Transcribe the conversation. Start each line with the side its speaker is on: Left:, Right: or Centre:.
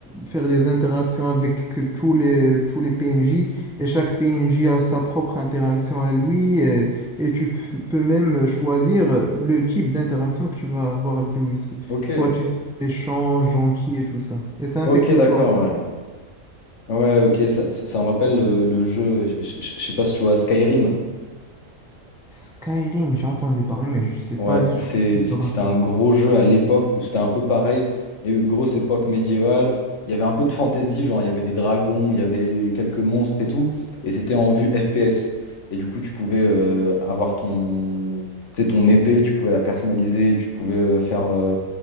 Centre: faire des interactions avec que tous les, tous les PNJ et chaque PNJ a sa propre interaction à lui et, et tu f- peux même choisir le type d'interaction que tu vas avoir avec lui. so-
Left: ok,
Centre: Soit tu es méchant, gentil et tout ça. Et ça affecte
Left: ok,
Centre: l'histoire.
Left: d'accord, ouais. Ouais, ok, ça, ça, ça me rappelle le, le jeu, je je- je- je sais pas si tu vois Skyrim.
Centre: Skyrim, j'ai entendu parler, mais je sais
Left: Ouais,
Centre: pas du tout
Left: c'est,
Centre: ce que ça
Left: c'était
Centre: raconte.
Left: un gros jeu à l'époque où c'était un peu pareil. Il y a eu une grosse époque médiévale. Il y avait un peu de fantasy, genre il y avait des dragons, il y avait quelques monstres et tout. Et c'était en vue FPS. Et du coup, tu pouvais euh, avoir ton, tu sais, ton épée, tu pouvais la personnaliser, tu pouvais euh, faire euh,